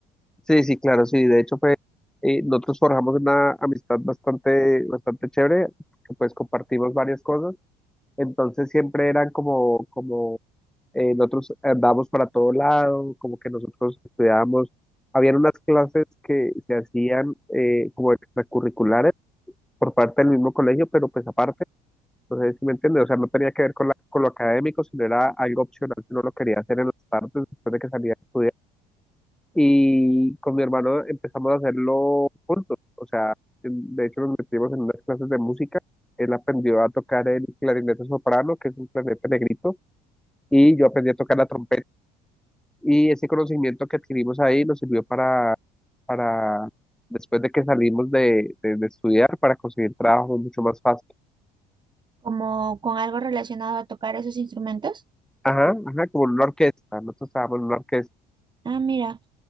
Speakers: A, in the centre; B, on the right (about 25°).
A: Sí, sí, claro, sí. De hecho fue, eh, nosotros forjamos una amistad bastante, bastante chévere, que pues compartimos varias cosas. Entonces siempre eran como, como eh, nosotros andábamos para todo lado, como que nosotros estudiábamos. Habían unas clases que se hacían eh, como extracurriculares por parte del mismo colegio, pero pues aparte. Entonces, ¿sí me entiendes? O sea, no tenía que ver con, la- con lo académico, sino era algo opcional que uno lo quería hacer en las tardes después de que salía a estudiar. Y con mi hermano empezamos a hacerlo juntos. O sea, en- de hecho nos metimos en unas clases de música. Él aprendió a tocar el clarinete soprano, que es un clarinete negrito, y yo aprendí a tocar la trompeta. Y ese conocimiento que adquirimos ahí nos sirvió para, para después de que salimos de, de, de estudiar, para conseguir trabajo mucho más fácil.
B: como con algo relacionado a tocar esos instrumentos.
A: Ajá, ajá, como en una orquesta. Nosotros estábamos en una orquesta.
B: Ah, mira,